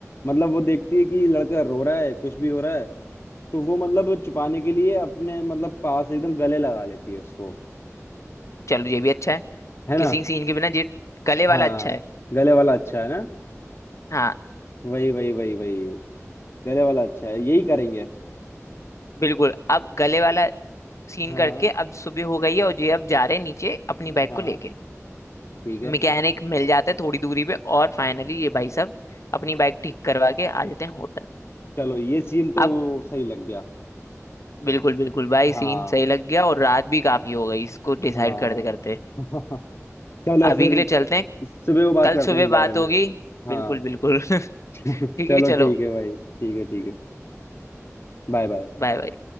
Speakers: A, on the left; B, on the left.
A: मतलब वो देखती है कि लड़का रो रहा है कुछ भी हो रहा है तो वो मतलब छुपाने के लिए अपने मतलब पास एकदम गले लगा लेती है उसको
B: चलो ये भी अच्छा है
A: है ना
B: किसिंग सीन के बिना ये गले
A: हाँ
B: वाला अच्छा है
A: गले वाला अच्छा है ना
B: हाँ
A: वही वही वही वही गले वाला अच्छा है यही करेंगे
B: बिल्कुल अब गले वाला सीन
A: हाँ
B: करके अब सुबह हो गई है और ये अब जा रहे हैं नीचे अपनी बाइक
A: हाँ
B: को लेके
A: ठीक है
B: मैकेनिक मिल जाते हैं थोड़ी दूरी पे और फाइनली ये भाई साहब अपनी बाइक ठीक करवा के आ जाते हैं होटल
A: चलो ये सीन तो
B: अब
A: सही लग गया
B: बिल्कुल बिल्कुल भाई
A: हाँ
B: सीन सही लग गया और रात भी काफी हो गई इसको डिसाइड
A: हाँ
B: करते करते
A: <laughs> चलो
B: अभी
A: फिर
B: के लिए चलते हैं
A: सुबह को बात
B: कल
A: करते
B: सुबह
A: हैं इस बारे
B: बात
A: में
B: होगी
A: हाँ
B: बिल्कुल बिल्कुल <laughs>
A: <laughs>
B: ठीक
A: चलो
B: है चलो
A: ठीक है भाई ठीक है ठीक है Bye bye
B: Bye bye